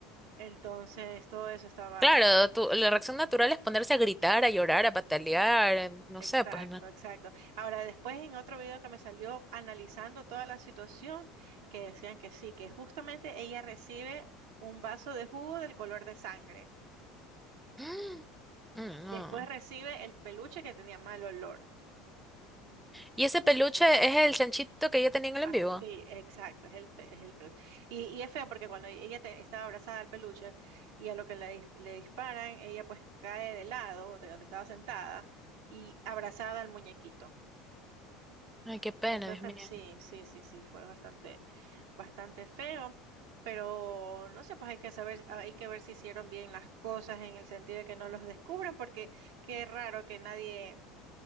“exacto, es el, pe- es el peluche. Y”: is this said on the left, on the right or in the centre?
Right